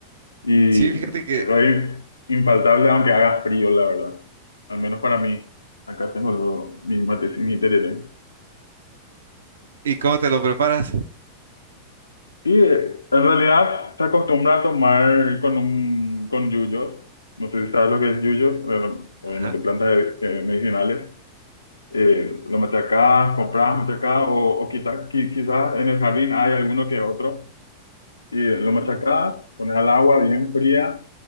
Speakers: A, on the left; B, on the right.
A: Y
B: Sí, fíjate que,
A: eso es infaltable aunque haga frío, la verdad. Al menos para mí. Acá tengo lo- mi mate, mi tereré.
B: ¿y cómo te lo preparas?
A: Y eh, en realidad se acostumbra a tomar con un con yuyos. No sé si sabes lo que es yuyos, eh, obviamente
B: Ajá.
A: plantas eh, eh, medicinales. Eh, lo machacás, comprás, machacás o, o quita- quizás en el jardín hay alguno que otro. Y eh, lo machacás, pones al agua bien fría,